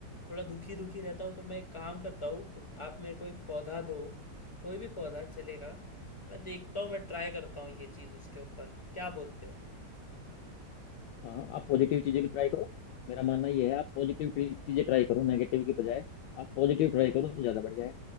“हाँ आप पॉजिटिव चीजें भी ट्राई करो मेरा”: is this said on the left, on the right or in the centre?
Left